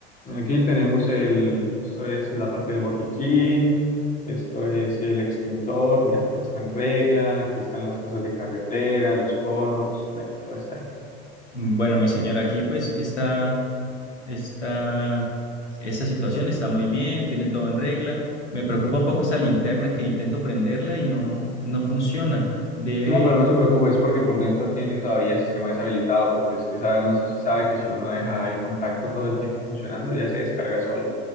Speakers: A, on the left; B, on the left.
A: Aquí tenemos el, esto es la parte del botiquín, esto es el extintor, mira, todo está en regla, aquí están las cosas de carretera, los conos, vea, todo está ahí.
B: Bueno, mi señor, aquí, pues, está. Está, esa situación está muy bien, tiene todo en regla. Me preocupa un poco esa linterna que intento prenderla y no, no funciona. Debe,
A: No, pero no
B: pues,
A: se preocupe, es porque por dentro tiene todavía el sistema deshabilitado, porque usted sabe, no sé si sabe que si uno deja el contacto todo el tiempo funcionando, ya se descarga sola.